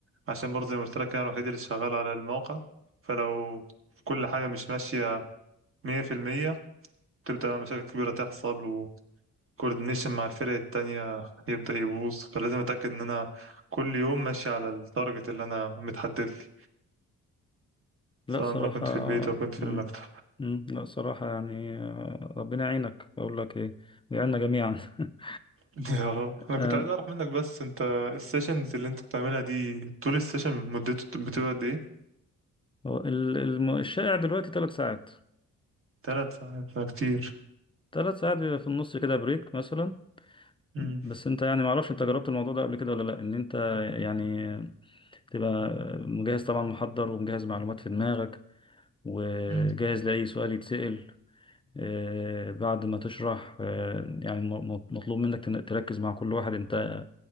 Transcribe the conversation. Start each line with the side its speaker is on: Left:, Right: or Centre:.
Right: عشان برضو زي ما قلت لك أنا الوحيد اللي شغال على الموقع فلو كل حاجة مش ماشية مية في المية تبدأ مشاكل كبيرة تحصل كوردينيشن مع الفرق التانية يبدأ يبوظ فلازم أتأكد إن أنا كل يوم ماشي على التارجت اللي أنا متحدد لي
Left: لا
Right: سواء
Left: صراحة
Right: بقى كنت في البيت أو كنت في
Left: مم.
Right: المكتب
Left: مم. لا صراحة يعني آه، ربنا يعينك اقول لك ايه ويعيننا جميعا <laughs>
Right: <laughs> يا رب أنا
Left: آه،
Right: كنت عايز أعرف منك بس أنت السيشنز اللي أنت بتعملها دي طول السيشن مدته بتبقى قد إيه؟
Left: هو ال- الم- الشائع دلوقتي ثلاث ساعات
Right: تلات ساعات فكتير
Left: ثلاث ساعات بيبقى في النص كده بريك مثلا
Right: مم.
Left: بس انت يعني معرفش انت جربت الموضوع ده قبل كده ولا لا ان انت يعني تبقى مجهز طبعا محضر ومجهز معلومات في دماغك وجاهز
Right: مم.
Left: لأي سؤال يتسأل آه، بعد ما تشرح آه، يعني م- م- مطلوب منك تن- تركز مع كل واحد انت